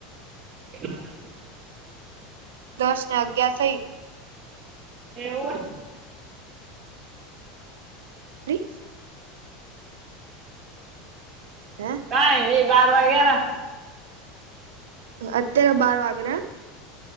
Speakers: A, on the right (about 30°); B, on the right (about 85°).
A: કેટલા વાગ્યા ને?
B: દસ ને અગયાર થઇ.
A: એવુંવે?
B: ત્રી. હે
A: કાઈ ની વાર વાગ યારા.
B: અત્યારે બાર વાગરા?